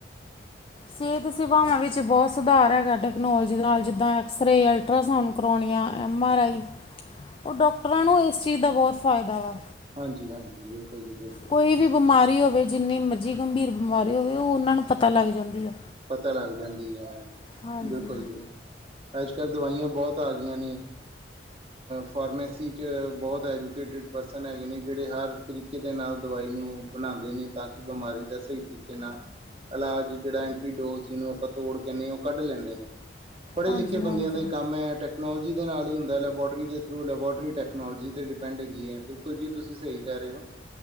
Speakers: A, on the left; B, on the right.
A: ਸਿਹਤ ਸੇਵਾਵਾਂ ਵਿੱਚ ਬਹੁਤ ਸੁਧਾਰ ਹੈਗਾ ਟੈਕਨੋਲੋਜੀ ਦੇ ਨਾਲ ਜਿੱਦਾਂ ਐਕਸਰੇ, ਅਲ- ਟਰਾਸਾਊਂਡ ਕਰੋਨਿਆ, ਐੱਮ- ਆਰ -ਆਈ ਉਹ ਡੋਕਟਰਾਂ ਨੂੰ ਇਸ ਚੀਜ਼ ਦਾ ਬਹੁਤ ਫਾਇਦਾ ਵਾ।
B: ਹਾਂਜੀ-ਹਾਂਜੀ, ਬਿਲਕੁਲ ਜੀ ਬਿਲਕੁਲ।
A: ਕੋਈ ਵੀ ਬਿਮਾਰੀ ਹੋਵੇ ਜਿੰਨੀ ਮਰਜ਼ੀ ਗੰਭੀਰ ਬਿਮਾਰੀ ਹੋਵੇ ਓਹ ਓਨਾਂ ਨੂੰ ਪਤਾ ਲੱਗ ਜਾਂਦੀ ਆ।
B: ਪਤਾ ਲੱਗ ਜਾਂਦੀ ਅ,
A: ਹਾਂਜੀ,
B: ਬਿਲਕੁਲ ਜੀ ਅੱਜ ਕੱਲ੍ਹ ਦਵਾਈਆਂ ਬਹੁਤ ਆ ਗਈਆਂ ਨੇ ਫਾਰਮੇਸੀ 'ਚ ਬਹੁਤ ਐਜੂਕੇਟਿਡ ਪਰਸਨ ਹੈਗੇ ਨੇ ਜੈੜੇ ਹਰ ਤਰੀਕੇ ਦੇ ਨਾਲ ਦਵਾਈ ਨੂੰ ਬਣਾਉਂਦੇ ਨੇ ਤਾਂ ਕਿ ਬਿਮਾਰੀ ਦਾ ਸਹੀ ਤਰੀਕੇ ਨਾਲ ਇਲਾਜ ਜੈੜਾ ਐ ਡੋਜ਼ ਜਿਹਨੂੰ ਆਪਾਂ ਤੋੜ ਕਹੇ ਉਹ ਕੱਢ ਲੈਂਦੇ ਨੇ, ਪੜੇ
A: ਹਾਂਜੀ,
B: ਲਿਖੇ
A: ਹਾਂਜੀ।
B: ਬੰਦਿਆਂ ਦਾ ਹੀ ਕੰਮ ਹੈ ਟੈਕ ਟੈਕਨੋਲੋਜੀ ਦੇ ਨਾਲ ਹੀ ਹੁੰਦਾ, ਲੈਬੋਰਟਰੀ ਦੇ ਥਰੂ ਲੈਬੋਰਟਰੀ ਟੈਕਨੋਲੋਜੀ 'ਤੇ ਡਿਪੈਂਡ ਹੈਗੀ ਹੈ ਬਿਲਕੁਲ ਜੀ ਤੁਸੀਂ ਸਹੀ ਕਹਿ ਰਹੇ ਹੋ।